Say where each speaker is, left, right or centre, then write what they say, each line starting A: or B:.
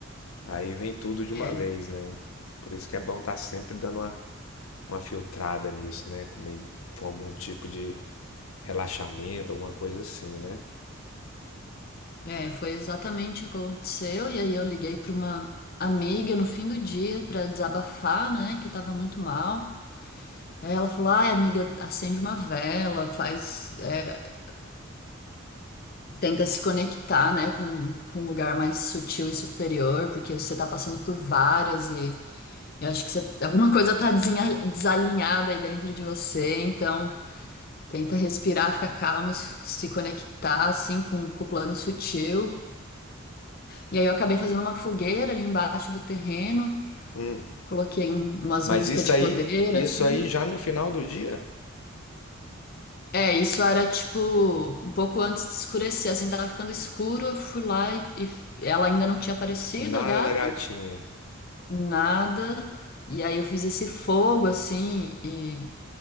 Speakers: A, on the left; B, on the left.
A: Aí vem tudo de
B: E
A: uma vez, né? Por isso que é bom estar sempre dando uma, uma filtrada nisso, né? Com, meio- com algum tipo de Relaxamento, alguma coisa assim, né?
B: é, foi exatamente o que aconteceu, e aí eu liguei pra uma amiga no fim do dia pra desabafar, né, que eu tava muito mal. Aí ela falou, ai, amiga, acende uma vela, faz, é, tenta se conectar, né, com, com um lugar mais sutil e superior, porque você tá passando por várias e eu acho que você- alguma coisa tá desinha- desalinhada aí dentro de você, então tenta respirar, ficar calma, e se se conectar, assim, com, com o plano sutil. E aí eu acabei fazendo uma fogueira ali embaixo do terreno,
A: Hum.
B: coloquei um- umas
A: Mas
B: músicas
A: isso
B: de
A: aí,
B: poder,
A: isso
B: assim.
A: aí já no final do dia,
B: É, isso era tipo um pouco antes de escurecer, assim, tava ficando escuro, eu fui lá e, e ela ainda não tinha aparecido,
A: nada
B: a gata.
A: da gatinha.
B: nada. E aí eu fiz esse fogo assim e,